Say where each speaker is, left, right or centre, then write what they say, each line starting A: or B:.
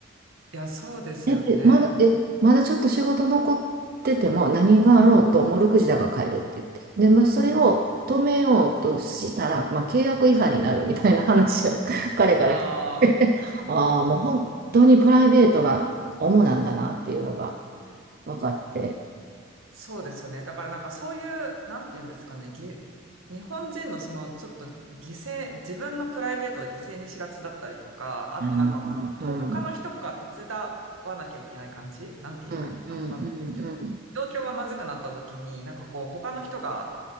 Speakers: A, on the right (about 80°); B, on the right (about 45°).
A: いや、そうですよね。
B: え、えまだ、え、まだちょっと仕事残ってても何があろうと、もう6時だから帰るって言って。で、まあ、それを止めようとしたら、まあ、契約違反になるみたいな話を <laughs> 彼から聞いて、
A: ああ、
B: <laughs> ああ、もう本当にプライベートが主なんだなっていうのが分かって。
A: そうですよね。だからなんかそういう、なんて言うんですかね、ぎ、日本人のそのちょっと犠牲、自分のプライベートを犠牲にしがちだったりとか、あとなんかこう他の人が手伝
B: うん、うん、うん、
A: わなきゃいけない感じなんて言えばいいのかわかんないですけど、
B: うん、うん、うん。
A: 状況がまずくなった時に、なんかこう他の人が